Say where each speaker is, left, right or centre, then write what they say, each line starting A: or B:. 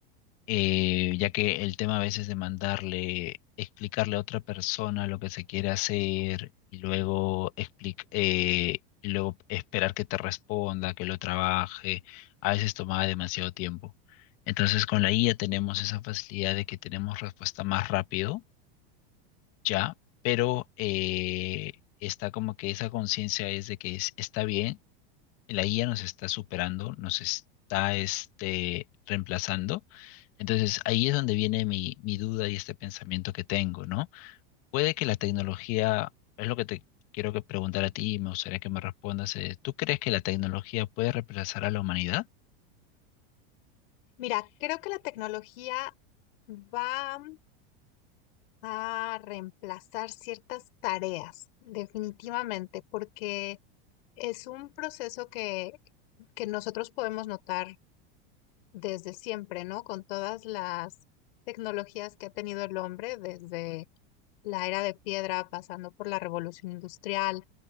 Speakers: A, on the left (about 45°); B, on the left (about 65°).
A: eh, ya que el tema a veces de mandarle, explicarle a otra persona lo que se quiere hacer y luego, explic- eh, y luego esperar que te responda, que lo trabaje, a veces tomaba demasiado tiempo. Entonces con la IA tenemos esa facilidad de que tenemos respuesta más rápido, ya, pero eh, está como que esa conciencia es de que es- está bien la IA nos está superando, nos está este, reemplazando. Entonces ahí es donde viene mi, mi duda y este pensamiento que tengo, ¿no? Puede que la tecnología, es lo que te quiero que preguntar a ti y me gustaría que me respondas, eh, ¿tú crees que la tecnología puede reemplazar a la humanidad?
B: Mira, creo que la tecnología va a reemplazar ciertas tareas, definitivamente, porque es un proceso que, que nosotros podemos notar desde siempre, ¿no? Con todas las tecnologías que ha tenido el hombre, desde la era de piedra, pasando por la revolución industrial.